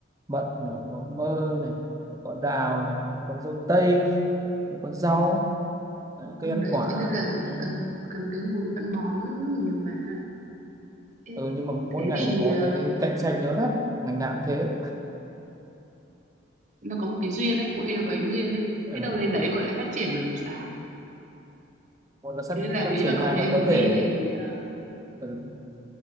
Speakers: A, on the right; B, on the right.
A: mận này có mơ này có đào này có dâu tây có rau à, cây
B: từ
A: ăn
B: đấy,
A: quả
B: thế nên là
A: ừ.
B: cần cần cái nguồn phân bón nhiều mà. Ê,
A: ừ, nhưng mà mỗi
B: thế
A: ngành
B: thì,
A: là có
B: ờ,
A: cái cạnh tranh lớn lắm ngành nào cũng thế
B: nó có một cái duyên ấy, mỗi người có cái duyên ấy,
A: ừ.
B: biết đâu lên đấy cậu lại phát triển rồi thì sao?
A: một là phát
B: Thế nên là
A: phát
B: nếu
A: triển
B: như mà
A: hai
B: cậu thấy
A: là
B: hướng
A: có thể
B: đi này, à,
A: ừ,